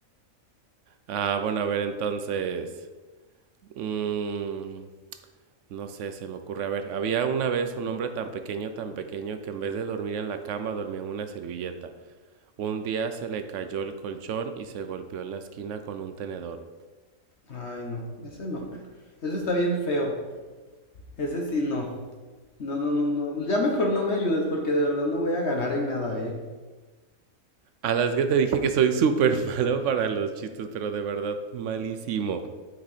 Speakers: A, on the right; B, on the left.
A: Ah, bueno, a ver, entonces. Mm, no sé, se me ocurre. A ver, había una vez un hombre tan pequeño, tan pequeño, que en vez de dormir en la cama dormía en una servilleta. Un día se le cayó el colchón y se golpeó en la esquina con un tenedor.
B: Ay, no. Ese no. Ese está bien feo. Ese sí no. No, no, no, no. Ya mejor no me ayudes porque de verdad no voy a ganar en nada, eh.
A: A las que te dije que soy súper <laughs> malo para los chistes, pero de verdad malísimo.